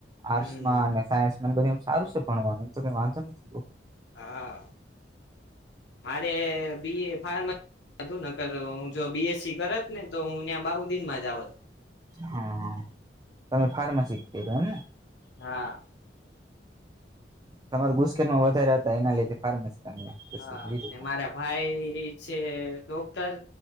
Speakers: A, on the left (about 80°); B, on the right (about 20°).
A: હમ
B: આર્ટસમાં અને સાયન્સ એમ બધાયમાં એમ સારું છે ભણવાનું એમ તો કઈ વાંધો નથી.
A: હા મારે બી એ ફાર્મ હતું ન હું જો બી એસ સી કરત ને તો હું ત્યાં બાઉદિનમાં જ આવત.
B: હા તમે ફાર્મસી જ કયરુ એમને?
A: હા.
B: તમાર ગુસકેટમાં વધારે હતા એના લીધે ફાર્મસી તમે
A: હા
B: લીધું
A: ને મારા ભાઈ ઈ છે ડોક્ટર